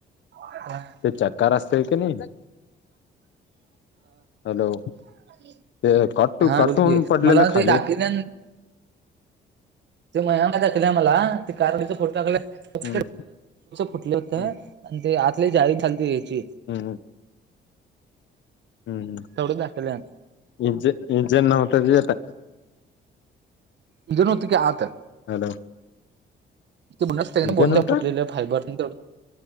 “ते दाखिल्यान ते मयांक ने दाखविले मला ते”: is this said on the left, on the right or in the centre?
Right